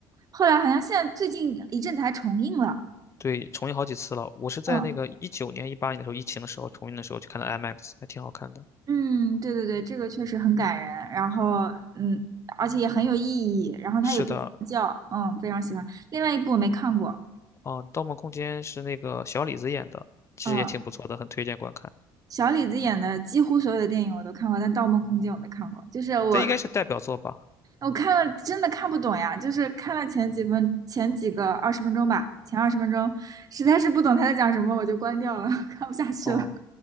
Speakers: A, on the right; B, on the left.
A: 后来好像现在最近一阵子还重映了。
B: 对，重映好几次了。我是在那个一九年、
A: 嗯
B: 一八年的时候，疫情的时候重映的时候去看的 IMAX，还挺好看的。
A: 嗯，对对对，这个确实很感人，然后嗯，而且也很有意义，然后它也不说教，
B: 是的，
A: 嗯，非常喜欢。另外一部我没看过，
B: 啊，《盗梦空间》是那个小李子演的，其实也挺不错的，
A: 嗯。
B: 很推荐观看。
A: 小李子演的几乎所有的电影我都看过，但《盗梦空间》我没看过。就是我
B: 这应该是代表作吧？
A: 我看了真的看不懂呀，就是看了前几分前几个二十分钟吧，前二十分钟实在是不懂他在讲什么，我就关掉了，<laughs> 看不下去了。
B: 哦，